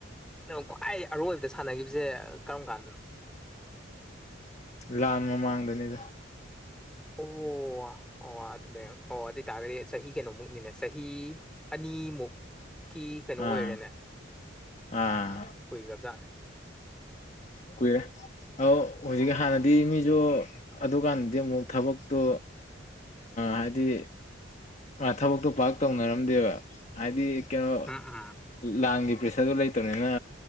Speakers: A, in the centre; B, on the left.
A: ꯈ꯭ꯋꯥꯏ ꯑꯔꯣꯏꯕꯗ ꯁꯥꯟꯅꯈꯤꯕꯁꯦ ꯀꯔꯝ ꯀꯥꯟꯗꯅꯣ
B: ꯂꯥꯟ ꯃꯃꯥꯡꯗꯅꯤꯗ
A: ꯑꯣ ꯑꯣ ꯑꯣ ꯑꯗꯨꯅꯦ ꯑꯣ ꯑꯗꯨ ꯑꯣꯏꯇꯥꯥꯔꯗꯤ ꯆꯍꯤ ꯀꯩꯅꯣꯃꯨꯛꯅꯤꯅꯦ ꯆꯍꯤ ꯑꯅꯤꯃꯨꯛ ꯀꯤ ꯀꯩꯅꯣ
B: ꯑꯥ
A: ꯑꯣꯏꯔꯦꯅꯦ
B: ꯑꯥ
A: ꯎꯝ ꯀꯨꯏꯒ꯭ꯔꯕꯖꯥꯠꯅꯦ
B: ꯀꯨꯏꯔꯦ ꯑ ꯍꯧꯖꯤꯛ ꯍꯥꯟꯅꯗꯤ ꯃꯤꯁꯨ ꯑꯗꯨꯀꯥꯟꯗꯗꯤ ꯑꯃꯨꯛ ꯊꯕꯛꯇꯣ ꯍꯥꯏꯗꯤ ꯑ ꯊꯕꯛꯇꯣ ꯄꯥꯛ ꯇꯧꯅꯔꯝꯗꯦꯕ ꯍꯥꯏꯗꯤ ꯀꯩꯅꯣ
A: ꯎꯝ ꯎꯝ
B: ꯂꯥꯟꯒꯤ ꯄ꯭ꯔꯦꯁꯔꯗꯨ ꯂꯩꯇꯕꯅꯤꯅ